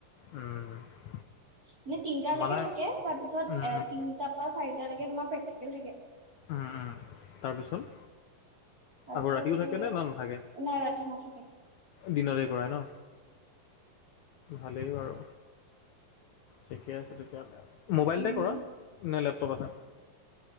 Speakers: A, on the left; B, on the right.
A: উম,
B: মানে তিনটালৈকে
A: মানে
B: থাকে তাৰপিছত
A: উম,
B: এ
A: উম,
B: তিনটাৰ পৰা চাৰিটালৈকে তোমাৰ প্ৰেক্টিকেল থাকে
A: তাৰপিছত
B: তাৰপিছত
A: আকৌ ৰাতিও থাকে নে না নাথাকে?
B: নাই ৰাতি না থাকে
A: দিনতে কৰাই ন ভালেই বাৰু ঠিকে আছে মোবাইলতে
B: উম
A: কৰা নে লেপটপ আছে